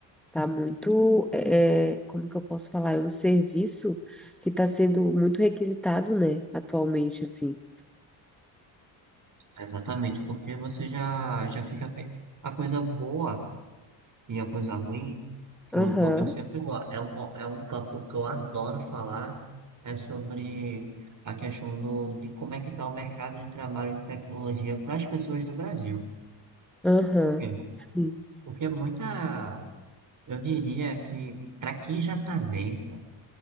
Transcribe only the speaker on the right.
Exatamente, porque você já, já fica bem. A coisa boa e a coisa ruim
Eu, go- eu sempre gosto. É um, é um papo que eu adoro falar. É sobre a questão do, de como é que está o mercado de trabalho de tecnologia para as pessoas do Brasil.
Por quê?
Porque muita, eu diria que para quem já está dentro,